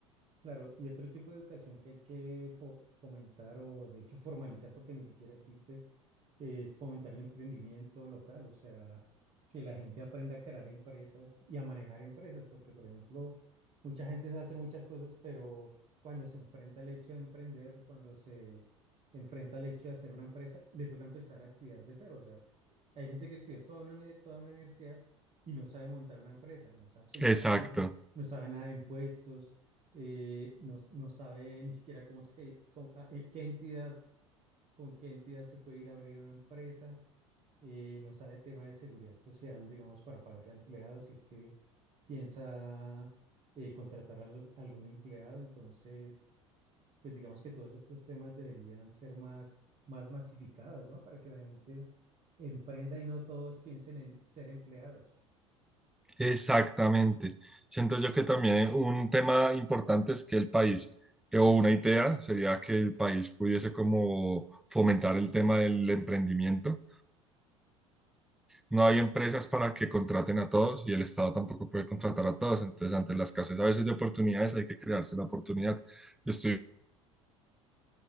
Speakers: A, on the right; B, in the centre.
A: Claro, y otro tipo de educación que hay que fo- fomentar o de hecho formalizar porque ni siquiera existe es fomentar el emprendimiento local, o sea, que la gente aprenda a crear empresas y a manejar empresas, porque por ejemplo, mucha gente sabe hacer muchas cosas, pero cuando se enfrenta al hecho de emprender, cuando se enfrenta al hecho de hacer una empresa, le toca empezar a estudiar de cero, o sea, hay gente que estudió toda una, uni- toda una universidad y no sabe montar una empresa, no sabe absolutamente
B: Exacto,
A: nada, no sabe nada de impuestos eh, no, no sabe ni siquiera cómo se, cómo- a- eh, qué entidad, con qué entidad se puede ir a abrir una empresa, eh, no sabe tema de seguridad social, digamos, para pagarle a empleados, si es que piensa eh, contratar a al- algún empleado. Entonces, pues digamos que todos estos temas deberían ser más, más masificados, ¿no? Para que la gente emprenda y no todos piensen en ser empleados.
B: exactamente. Siento yo que también un tema importante es que el país, eh, o una idea sería que el país pudiese como fomentar el tema del emprendimiento no hay empresas para que contraten a todos y el Estado tampoco puede contratar a todos. Entonces, ante la escasez a veces de oportunidades, hay que crearse la oportunidad. Estoy